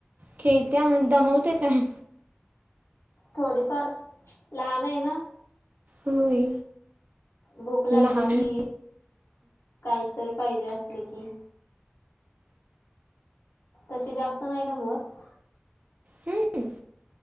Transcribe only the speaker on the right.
खेळते आणि दमवते काय
होई
लहान
हम्म